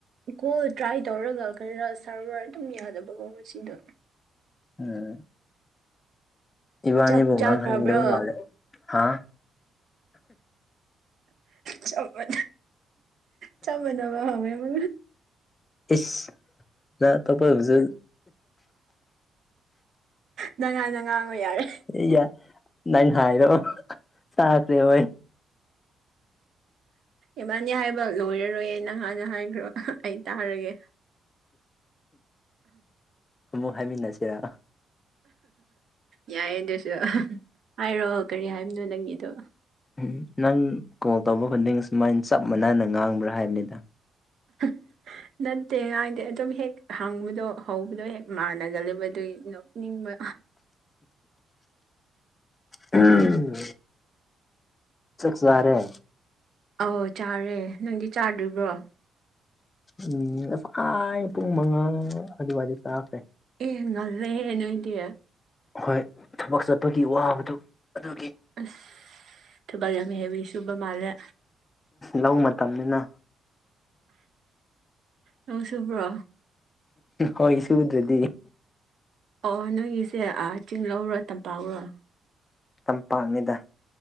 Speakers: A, on the right (about 65°); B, on the left (about 30°).
A: ꯀꯣ ꯇ꯭ꯔꯥꯏ ꯇꯧꯔꯒ ꯈꯔ ꯁꯔꯚꯔ ꯑꯗꯨꯝ ꯌꯥꯗꯕꯀꯣ ꯁꯤꯗꯣ
B: ꯎꯝ ꯏꯕꯥꯅꯤꯕꯣꯡꯅ
A: ꯆꯥꯛ ꯆꯥꯈ꯭ꯔꯕ꯭ꯔꯣ
B: ꯍꯅꯤꯡꯗꯕ ꯃꯥꯂꯦ ꯍꯥ
A: ꯆꯗ ꯆꯃꯗꯕ ꯍꯦ ꯃ
B: ꯏꯁꯁ ꯅ ꯇꯣꯏ ꯍꯧꯁꯨ
A: ꯅ ꯉꯥꯟꯅ ꯉꯥꯡꯉꯣ ꯌꯥꯔꯦ
B: ꯑꯦ ꯌꯥꯏ ꯅꯪ ꯍꯥꯏꯔꯣ ꯆꯥꯈ꯭ꯔꯦ ꯍꯣꯏ
A: ꯏꯃꯅꯤ ꯍꯥꯏꯕ ꯂꯣꯏꯔꯔꯣꯏꯌꯦ ꯅꯪꯍꯥꯟꯅ ꯍꯥꯏꯈ꯭ꯔꯣ ꯑꯩ ꯇꯥꯔꯒꯦ
B: ꯑꯃꯨꯛ ꯍꯥꯏꯃꯤꯟꯅꯁꯤꯦꯔ
A: ꯌꯥꯏ ꯑꯗꯨꯁꯨ ꯍꯥꯏꯔꯣ ꯀꯔꯤ ꯍꯥꯏꯕꯅꯣ ꯅꯪꯒꯤꯗꯣ
B: ꯎꯝ ꯅꯪ ꯀꯣꯜ ꯇꯧꯕ ꯈꯨꯗꯤꯡ ꯁꯨꯃꯥꯏꯅ ꯆꯞ ꯃꯥꯟꯅꯅ ꯉꯥꯡꯕ꯭ꯔꯥ ꯍꯥꯏꯕꯅꯤꯗ
A: <inaudible> ꯅꯠꯇꯦ ꯉꯥꯏꯗꯤ ꯑꯗꯨꯝ ꯍꯦꯛ ꯍꯪꯕꯗꯣ ꯍꯧꯕꯗꯣ ꯍꯦꯛ ꯃꯥꯟꯅꯒꯂꯕ ꯑꯗꯨꯒꯤ ꯅꯣꯛꯅꯤꯡꯕ
B: ꯎꯝ ꯆꯛ ꯆꯥꯔꯦ
A: ꯑꯧ ꯆꯥꯔꯦ ꯅꯪꯗꯤ ꯆꯥꯗꯣꯔꯤꯕ꯭ꯔꯣ
B: ꯎꯝ ꯐꯥꯏ ꯄꯨꯡ ꯃꯉꯥ ꯑꯗꯨꯋꯥꯏꯗ ꯆꯥꯈ꯭ꯔꯦ
A: ꯑꯦ ꯉꯜꯂꯦ ꯅꯣꯏꯗꯤ
B: ꯍꯣꯏ ꯊꯕꯛ ꯆꯠꯄꯒꯤ ꯋꯥꯕꯗꯨ ꯑꯗꯨꯒꯤ
A: ꯑꯁ ꯊꯕꯥꯛ ꯌꯥꯝ ꯍꯦꯕꯤ ꯁꯨꯕ ꯃꯥꯜꯂꯦ
B: ꯂꯧ ꯃꯇꯝꯅꯤꯅ
A: ꯂꯧ ꯁꯨꯕ꯭ꯔꯣ
B: ꯍꯣꯏ ꯁꯨꯗ꯭ꯔꯗꯤ
A: ꯑꯣ ꯅꯣꯏꯒꯤꯁꯦ ꯆꯤꯡꯂꯧꯔꯣ ꯇꯝꯄꯥꯛꯨꯔꯣ
B: ꯇꯝꯄꯥꯛꯅꯤꯗ